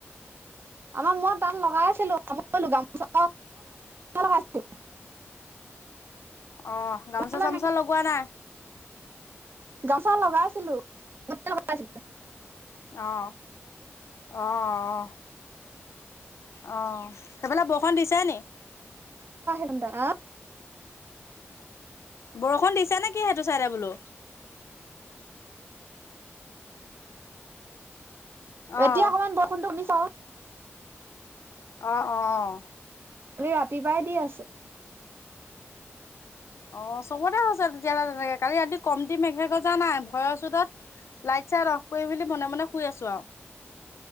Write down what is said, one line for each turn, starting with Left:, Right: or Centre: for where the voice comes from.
Right: আমাৰ মই তাতঁ লগাই আছিলো গামোচা লগো
Left: <inaudible> অ গামোচা
Right: মেখেলা
Left: চামোচা লগোৱা নাই
Right: গামচা লগাইছিলো লগাইছিল
Left: অ অ অ অ সেইফালে বৰষুণ দিছে নি
Right: <unintelligible>
Left: বৰষুণ দিছে নে কি সেইটো চাইডে বোলো অহ
Right: এতিয়া অকণমান বৰষুণ কমিছে আৰু
Left: অ অ
Right: খালি ৰাতিপুৱাই দি আছে
Left: অ চবতে হৈছে তেতিয়াহলে তেনেকে কালি ৰা কম দি মেখেল গজা নাই ভয়ৰ চতত লাইট ইচ্ছা লগ কৰি মেলি মনে মনে শুই আছো আৰু